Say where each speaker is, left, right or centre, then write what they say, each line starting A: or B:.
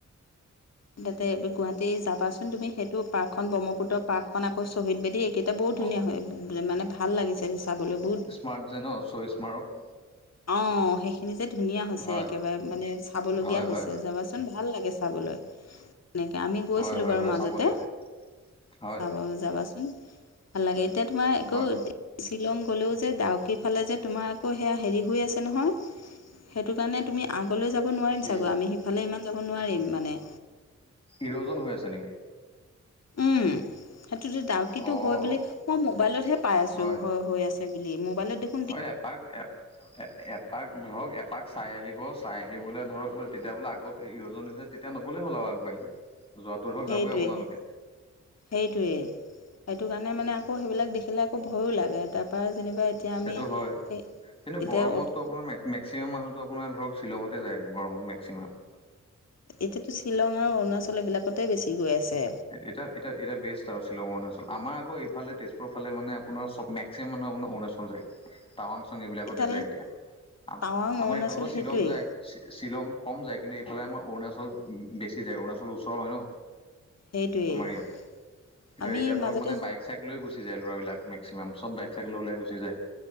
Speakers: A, on the left; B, on the left.
A: তাতে গুৱাহাটী যাবাচোন তুমি সেইটো পাৰ্কখন ব্ৰহ্মপুত্ৰৰ পাৰ্কখন আকৌ শহীদ বেদী একেই এতিয়া বহুত
B: অ
A: ধুনীয়া হয় মানে ভাল লাগিছে এতিয়া চাবলৈ বহুত-
B: স্মাৰ্ট জেনচ ছ স্মাৰক
A: অ সেইখিনি যে ধুনীয়া হৈছে
B: হয়
A: একেবাৰে মানে চাবলগীয়া
B: হয়
A: হৈছে
B: হয়
A: যাবচো- ভাল লাগে চাবলৈ তেনেকে, আমি গৈছিলোঁ
B: হয় হয়
A: বাৰু
B: হয়
A: মাজতে
B: চাব লাগিব হয়
A: চাব যাবাচোন ভাল লাগে এতিয়া তোমাৰ আকৌ
B: হয়
A: শ্বিলং গ'লেও যে ডাউকি ফালে যে তোমাৰ আকৌ সেয়া হেৰি হৈ আছে নহয় সেইটো কাৰণে তুমি আগলৈ যাব নোৱাৰিম
B: কি
A: চাগৈ আমি সিফালে ইমান যাব নোৱাৰিম মানে।
B: হিৰজন হৈ আছে নেকি?
A: উম সেইটোতো ডাউকিটো
B: অঁ
A: হয় বুলি মই মোবাইলত হে পাই আছো
B: হয়
A: হ হৈ আছে বুলি মোবাইলত দেখো-
B: হয় এপাক এপ এ এপ এপাক ধৰক এপাক চাই আহিব চাই আহিবলে ধৰক ৱে তেতিয়া বোলে আগত এৰিয়জন হৈছে তেতিয়া নগলে হ'ল আৰু আগবাঢ়ি। যোৱাটো ধৰক
A: সেইটোৱে
B: যাবই আপোনালোকে
A: হে সেইটোৱে সেইটো কাৰণে মানে আকৌ সেইবিলাক দেখিলে আকৌ ভয়য়ো লাগে তা- পা যেনিবা এতিয়া
B: সেইটো
A: আমি
B: হয়
A: হে এতিয়া
B: কিন্তু গৰমতো
A: অ-
B: আপোনাৰ মেক্সিমাম মানুহটো আপোনাৰ ধৰক শ্বিলঙতে যায় গৰমত মেক্সিমাম
A: এতিয়াতো শ্বিলং আৰু অৰুণাচল এইবিলাকতে বেছি গৈ আছে।
B: এতিয়া এতিয়া এতিয়া বেষ্ট আৰু শ্বিলং অৰুণাচল আমাৰ আকৌ এইফালে তেজপুৰ ফালে মানে আপোনাৰ চব মেক- ক্সিমাম মানুহে আপোনাৰ অৰুণাচল যায়। টাৱাং চাং এইবিলাকতে
A: তালৈ
B: যায় এতিয়া আ
A: টাৱাং
B: আমাৰ
A: অৰুণাচল
B: এইফালৰ পৰা
A: সেইটোৱেই
B: শ্বিলং যায়। শ্বি শ্বিলং কম যায় কিন্তু এইফালে আমাৰ অৰুণাচল বেছি যায় অৰুণাচলৰ ওচৰ হয় ন
A: সেইটোৱেই
B: আমাৰ ইয়াত এতিয়া
A: আমি
B: এতিয়া ধৰক
A: মাজতে
B: মানে বাইক চাইক লৈ গুচি যায় ল'ৰা বিলাক মেক্সিমাম চব বাইক চাইক লৈ ওলাই গুচি যায়।